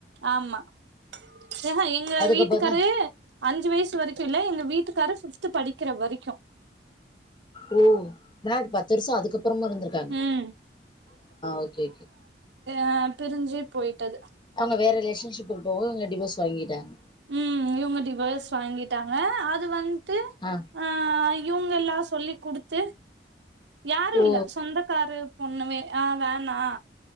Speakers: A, on the right; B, on the left.
A: ஆமா யஹ எங்க
B: அதுக்கப்புறந்தா
A: வீட்டுக்காரு அஞ்சு வயசு வரைக்கும் இல்ல எங்க வீட்டு கார ஃபிப்து படிக்கிற வரைக்கும்
B: ஓ ன்னா பத்து வருஷம் அதுக்கு அப்புறமு இருந்திருக்காங்க
A: ம்
B: ஓகே
A: ஆ பிரிஞ்சு போயிட்டது
B: அவங்க வேற ரிலேஷன்ஷிப்புக்கு போகங்க அவங்க டிவோர்ஸ் வாங்கிட்டாங்க
A: உம் இவங்க டிவர்ஸ் வாங்கிட்டாங்க அது வந்து த்து
B: ஆ
A: ஆஹ் இவங்க எல்லாஸ் சொல்லி குடுத்து யாரும்
B: ஓ
A: இல்ல சொந்தக்காரு பொண்ணுவே அ வேணா